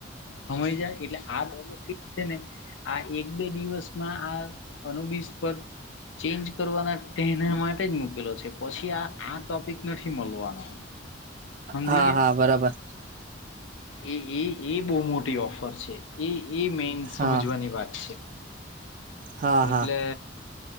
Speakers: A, on the left (about 75°); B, on the right (about 45°).
A: હમયજા એટલે આ છે ને આ એક બે દિવસમાં આ અનુબીસ પર ચેન્જ કરવાના તેના માટે જ મુકેલો છે પછી આ આ ટોપિક નથી મળવાનો સમજી
B: હા
A: ગયા
B: હા બરાબર
A: એ એ એ બહુ મોટી ઓફર છે એ એ મેન
B: હા
A: સમજવાની વાત છે
B: હા
A: એટલે
B: હા